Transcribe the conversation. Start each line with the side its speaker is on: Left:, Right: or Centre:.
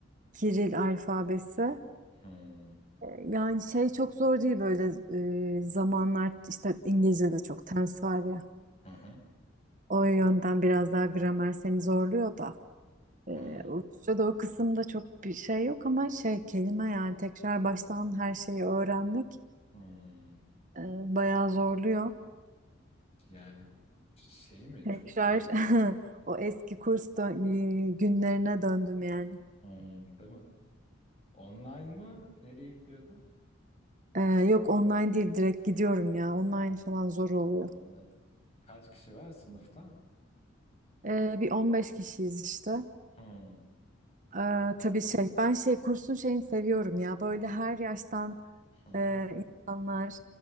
Right: Kiril alfabesi.
Left: Hmm,
Right: Ee, Yani şey çok zor değil böyle e, zamanlar işte İngilizce'de çok tense var ya.
Left: hı hı,
Right: O yönden biraz daha gramer seni zorluyor da. Ee,
Left: hmm,
Right: Rusça'da o kısımda çok bir şey yok ama şey kelime yani tekrar baştan her şeyi öğrenmek
Left: hmm.
Right: e, bayağı zorluyor.
Left: Yani şey mi
Right: Tekrar
Left: çok böyle
Right: <laughs> o eski kurs dö- günlerine döndüm yani.
Left: Hmm, değil mi? Online mı? Nereye gidiyordun?
Right: Ee, yok online değil direkt gidiyorum ya. Online
Left: Hmm,
Right: falan zor oluyor.
Left: anladım. Kaç kişi var sınıfta?
Right: Ee, bir 15 kişiyiz işte.
Left: Hmm,
Right: Ee,
Left: anladım.
Right: tabii şey ben şey kursun şeyini seviyorum ya. Böyle her yaştan
Left: Hı hı,
Right: e, insanlar